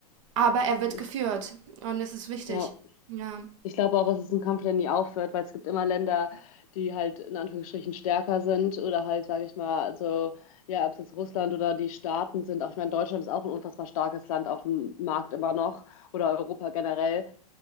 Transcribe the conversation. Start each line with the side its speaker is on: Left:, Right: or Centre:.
Right: aber er wird
Left: ich,
Right: geführt und es ist wichtig.
Left: ja.
Right: Ja.
Left: Ich glaube auch, es ist ein Kampf, der nie aufhört, weil es gibt immer Länder, die halt in Anführungsstrichen stärker sind oder halt, sage ich mal, also ja, ob es jetzt Russland oder die Staaten sind. Auch ich meine, Deutschland ist auch ein unfassbar starkes Land auf dem Markt immer noch oder Europa generell.